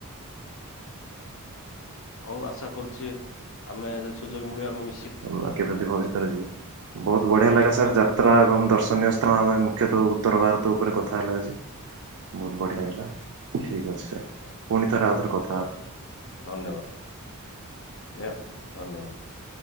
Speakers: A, on the left; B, on the right.
A: ହଉ ଆଶା କରୁଛି, ଆମେ ଯଦି ସୁଯୋଗ ମିଳିବ ଆମେ ବି
B: ପ୍ରଭୁ <unintelligible> ରଖିବେ ଯଦିି ଭବିଷ୍ୟତ ରେ ଯିବି। ବହୁତ ବଢିଆ ଲାଗିଲା ସାର୍, ଯାତ୍ରା ଏବଂ ଦର୍ଶନୀୟ ସ୍ଥାନ
A: ହୁଁ।
B: ପାଇଁ ମୁଖ୍ୟତଃ ଉ ଉତ୍ତର ଭାରତ ଉପରେ କଥା ହେଲା ଆଜି, ବହୁତ ବଢିଆ ଲାଗିଲା ଠିକ୍ ଅଛି। ସାର୍,
A: ହଁ,
B: ପୁଣିି ଥରେ ଆଉ ଥରେ କ
A: ହଉ ଧନ୍ୟବାଦ, ନିହାତି ଧନ୍ୟବାଦ!